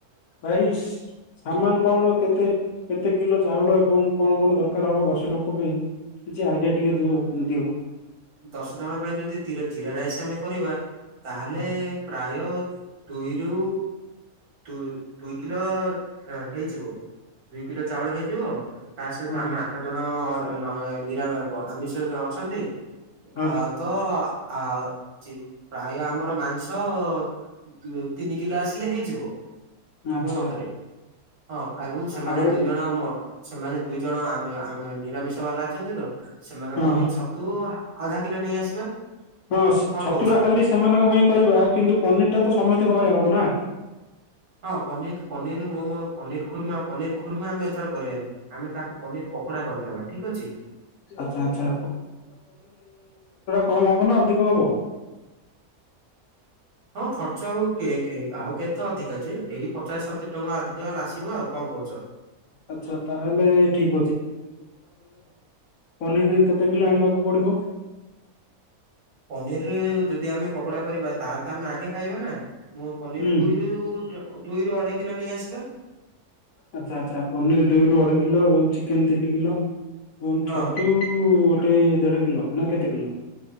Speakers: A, on the left; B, on the right.
A: ଭାଇ ସ୍ ସାମାନ୍‌ କଣ କେତେ କେତେ କିଲୋ ଚାଉଳ ଏବଂ କଣ କଣ ଦରକାର ହବ ଦଶ ଲୋକ ପାଇଁ କିଛି ଆଇଡିଆ ଟିକେ ଦିଅ ଦିଅ?
B: ଦଶ ଜଣ ପାଇଁ ଯଦି ଜି ଜିରା ରାଇସ୍ ଆମେ କରିବା ତା ହେଲେ
A: ହଁ
B: ପ୍ରାୟ ଦୁଇ ରୁ ଦୁଇ, ଦୁଇ କିଲୋ ହେ ହେଇଯିବ ଦୁଇ କିଲୋ ଚାଉଳ ହୋଇଯିବ। ତା ସହିତ
A: ହଁ
B: ଆମେ ଆଠ ଜଣ ନ ନିରା ଆମିଷ ଜ ଅଛନ୍ତି?
A: ହଁ
B: ଆ ତ ଆ ପ୍ରାୟ ଯି ଆମର ମାଂସ ତକ ତିନି କିଲୋ ଆସିଲେ ହେଇଯିବ?
A: ଆଚ୍ଛା।
B: ମୋ ମତରେ। ହଁ ଆବଂ ସେମାନେ
A: ଆଉ ଭାଇ
B: ଦୁଇ ଜଣ ମ ସେମାନେ ଦୁଇ ଜଣ ଆମେ ଆମେ ନିରାମିଷ ବାଲା ଅଛନ୍ତି ତ। ସେମାନଙ୍କ
A: ହଁ
B: ପାଇଁ ଛତୁ ଆଧା କିଲୋ ନେଇ ଆସିବା।
A: ହଁ
B: କଣ
A: ଛତୁଟା
B: କହୁଛ?
A: ଖାଲି ସେମାନଙ୍କ ପାଇଁ କରିବା କିନ୍ତୁ ପନିର ଟା ତ ସମସ୍ତଙ୍କ ପାଇଁ ହବ ନା।
B: ହଁ ପନିର୍ ପନିର ମୋମୋ ପନିର ଖୁର୍ମା ପନିର ଖୁର୍ମା ଆମେ ଏଥର କରିବାନି। ଆମେ ତାକୁ ପନିର ପକୋଡା କରି ନେବା ଠିକ୍ ଅଛି।
A: ଆଚ୍ଛା ଆଚ୍ଛା କମ୍ ହବ ନା ଅଧିକ ହବ?
B: ହଁ ଖର୍ଚ୍ଚ ଆଉ କେ କେ ଆଉ କେତେ ଅଧିକା ଯେ ଏଇ ପଚାଶ ସତୁରି ଟଙ୍କା ଅଧିକା ହେଲେ ଆସିବ ଆଉ କଣ କହୁଛ?
A: ଆଚ୍ଛା ତାହେଲେ ଠିକ ପନିରି କେତେ କିଲେ ଆଣିବାକୁ ପଡିବ?
B: ପନିରି ଯଦି ଆମେ ପକୋଡା କରିବା ତାହେଲେ ତ ଆମେ ଆଗେ ଖାଇବା ନା ମୁଁ ପନିରି
A: ହୁଁ
B: ଦୁଇରୁ ଜ ଦୁଇରୁ ଅଢେଇ କିଲୋ ନେଇ ଆସିବା।
A: ଆଚ୍ଛା ଆଚ୍ଛା ପନିରି ଦୁଇରୁ ଅଢେଇ କିଲୋ ଏବଂ ଚିକେନ ତିନି କିଲୋ। ଏବଂ
B: ହଁ
A: ଛତୁ ଗୋଟେ ଦେଢ କିଲୋ ନା କେତେ କିଲୋ?